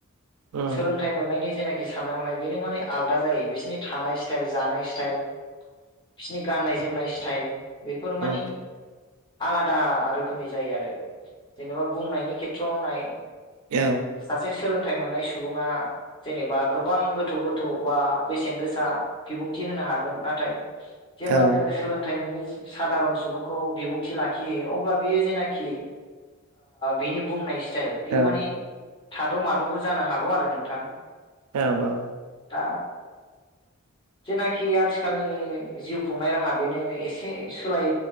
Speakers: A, on the right; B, on the left.
A: उम
B: सोलोंथाइ मोननायनि जेनाखि साननाय हनाय बेनो माने आलादा जायो बिसोरनि थानाय स्टाइल जानाय स्टाइल बिसिनि गाननाय जोमनाय स्टाइल बेफोर
A: उम
B: माने आलादा रोखोमनि जायो आरो जेनेबा बुंनायनि खेथ्रआव नो नाय
A: औ
B: सासे सोलोंथाइ मोननाय सुबुङा जेनेबा गोबां गोथौ गोथौ बा बेसेन गोसा बिबुंथि होनो हागोन नाथाय जेब्ला
A: औ
B: जोङो सोलोंथाइ मोनो सादारन सुबुंखौ बिबुंथि लाखियो अब्ला बियो जेनाखि बिनि बुंनाय स्टाइल बियो
A: औ
B: माने थाद' माद'बो जानो हागौ आरो नोंथां
A: औ औ
B: दा जेनाखि आथिखालनि जिउ खुंनाय राहा बेनो एसे सोलाय